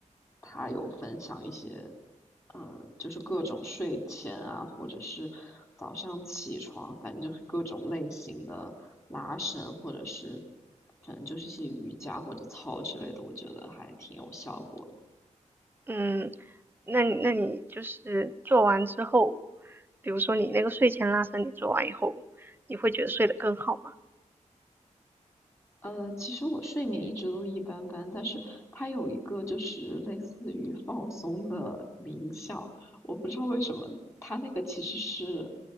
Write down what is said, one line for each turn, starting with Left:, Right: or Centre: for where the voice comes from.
Left: 他有分享一些，呃，就是各种睡前啊，或者是早上起床，反正就是各种类型的拉伸，或者是反正就是一些瑜伽或者操之类的，我觉得还挺有效果的。
Right: 嗯，那你那你就是做完之后，比如说你那个睡前拉伸，你做完以后，你会觉得睡得更好吗？
Left: 呃，其实我睡眠一直都一般般，但是它有一个就是类似于放松的冥想，我不知道为什么它那个其实是，